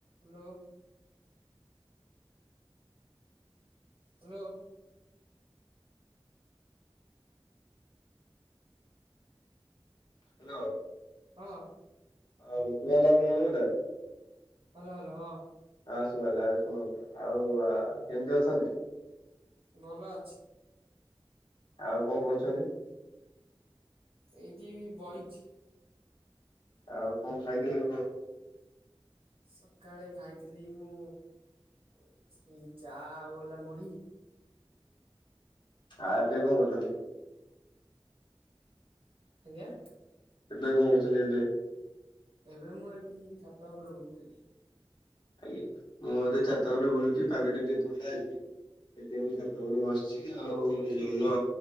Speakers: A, on the right; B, on the left.
A: Hello. Hello.
B: Hello.
A: ହଁ।
B: ଆଉ ସୁଗା ହେଲାଣି ମୋ କଥା?
A: ହାଲୋ, ହାଲୋ ହଁ।
B: ଆ, ଶୁବା ହେଲା ଆଉ ଶୁଣନ୍ ଆଉ ଆ, କେମିତି ଅଛନ୍ତି?
A: ଭଲ ଅଛି।
B: ଆଉ କଣ କରୁଛନ୍ତି?
A: ଏଇଟି ବଇଛି।
B: ଆଉ କଣ ଖାଇଥିଲେ ସକାଳୁ?
A: ସକାଳେ ଖାଇଥିଲି ମୁଁ ଉଁ, ଚା ଆଉ ଗଲା ମୁଡି।
B: ଆ, ଏବେ କଣ କରୁଛନ୍ତି?
A: ଆଜ୍ଞା।
B: ଏବେ କଣ କରୁଛନ୍ତି ଏବେ?
A: ଏବେ ମୁଁ ଏଇଠି ଛାତ ଉପରେ ବୁଲୁଥିଲି।
B: ଆଜ୍ଞା ମୁଁ ଏବେ ଛାତ ଉପରେ ବୁଲୁଚି, ପାଗ ଟି ଟିକେ ଥଣ୍ଡା ଅଛିି। ସେଥିପାଇଁ ମୁଁ ଛାତ ଉପରେ ବସିଛି। ଆଉ ଏଇ ଜନ